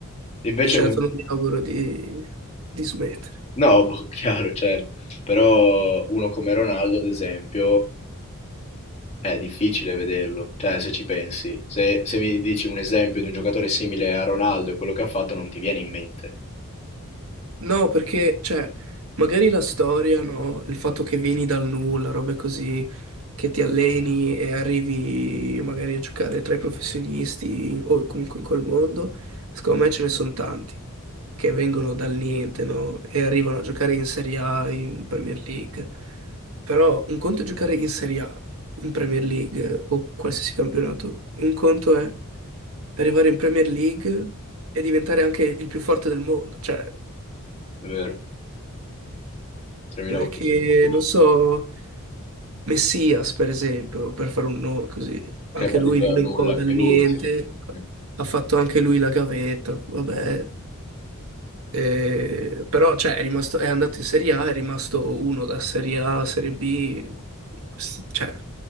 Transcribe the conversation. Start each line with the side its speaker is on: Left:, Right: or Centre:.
Left: Invece
Right: Di certo
Left: un...
Right: non mi auguro di, di smettere.
Left: No, <laughs> boh, chiaro, certo. Però uno come Ronaldo, ad esempio, è difficile vederlo. Cioè, se ci pensi, se, se mi dici un esempio di un giocatore simile a Ronaldo e quello che ha fatto, non ti viene in mente,
Right: No, perché, cioè, magari la storia, no? Il fatto che vieni dal nulla, robe così, che ti alleni e arrivi magari a giocare tra i professionisti o comunque in quel mondo, secondo me ce ne sono tanti che vengono dal niente, no? E arrivano a giocare in Serie A, in Premier League. Però un conto è giocare in Serie A, in Premier League o qualsiasi campionato, un conto è arrivare in Premier League e diventare anche il più forte del mondo, cioè...
Left: è vero? 3000
Right: Perché,
Left: volte più difficile.
Right: non so, Messias, per esempio, per fare un nome così, anche
Left: Che è partito
Right: lui viene
Left: dal nulla
Right: un po'
Left: anche
Right: dal niente,
Left: lui, sì. Mm.
Right: ha fatto anche lui la gavetta, vabbè. Eh, però, cioè, è rimasto, è andato in Serie A, è rimasto uno da Serie A a Serie B, Questo- cioè,